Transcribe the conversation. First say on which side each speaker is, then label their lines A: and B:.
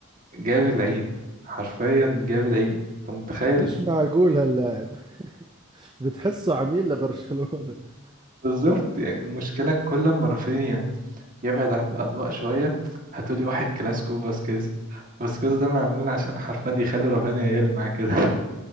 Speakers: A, on the right; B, on the right.
A: جاب العيد حرفيا جاب العيد انت متخيل
B: <laughs> مش معقول هاللاعب <laughs> بتحسه عميل لبرشلونة <laughs>
A: بالظبط يعني المشكله كل ما رافينيا يبعد عن الأضواء شوية هتقولي واحد كلاسيكو فاسكيز فاسكيز ده معمول عشان حرفيا يخلي رافينيا يلمع كده